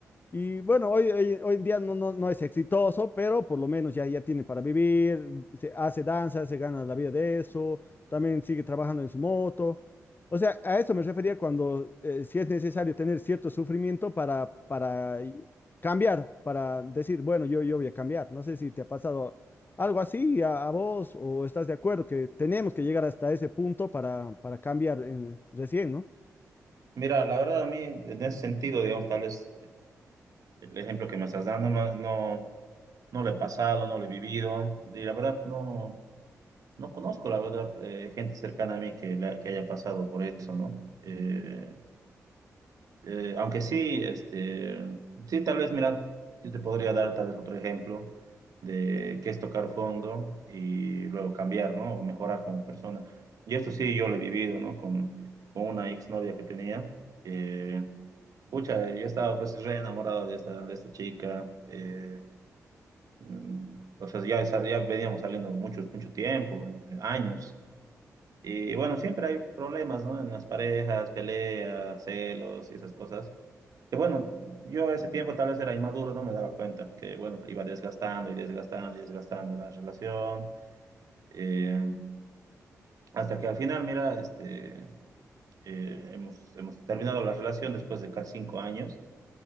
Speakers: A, on the left; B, on the right.
A: Y bueno, hoy, hoy, hoy en día no, no, no es exitoso, pero por lo menos ya, ya tiene para vivir, se hace danza, se gana la vida de eso, también sigue trabajando en su moto. O sea, a eso me refería cuando eh, si es necesario tener cierto sufrimiento para, para y- cambiar, para decir, bueno, yo, yo voy a cambiar. No sé si te ha pasado algo así a, a vos o estás de acuerdo que tenemos que llegar hasta ese punto para, para cambiar en- recién, ¿no?
B: Mira, la verdad a mí en ese sentido, digamos, tal vez el ejemplo que me estás dando más no, no lo he pasado, no lo he vivido y la verdad no, no conozco, la verdad, eh, gente cercana a mí que, la- que haya pasado por eso, ¿no? Eh, Eh, aunque sí, este, sí, tal vez, mira, yo te podría dar tal vez otro ejemplo de qué es tocar fondo y luego cambiar, ¿no? O mejorar como persona. Y esto sí, yo lo he vivido, ¿no? Con, con una exnovia que tenía. Eh, pucha, yo estaba pues re enamorado de esta, de esta chica. eh, mm, o sea, ya, sab- ya veníamos saliendo mucho, mucho tiempo, eh, años. Y bueno, siempre hay problemas, ¿no? En las parejas, peleas, celos y esas cosas. Que bueno, yo ese tiempo tal vez era inmaduro, no me daba cuenta que bueno, iba desgastando y desgastando y desgastando la relación. eh, hasta que al final, mira, este, eh, hemos, hemos terminado la relación después de casi cinco años.